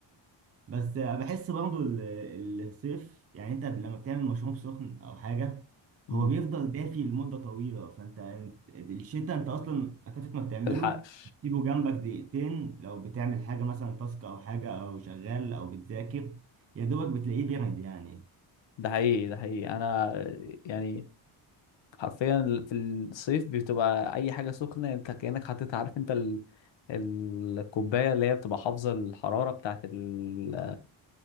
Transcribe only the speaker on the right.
بس بحس برضو ال- الصيف يعني أنت لما بتعمل مشروب سخن أو حاجة
هو بيفضل دافي لمدة طويلة فأنت أنت- الشتا أنت أصلا مسافة ما بتعمله
تسيبه جنبك دقيقتين لو بتعمل حاجة مثلا تاسك أو حاجة أو شغال أو بتذاكر يا دوبك بتلاقيه بيرد يعني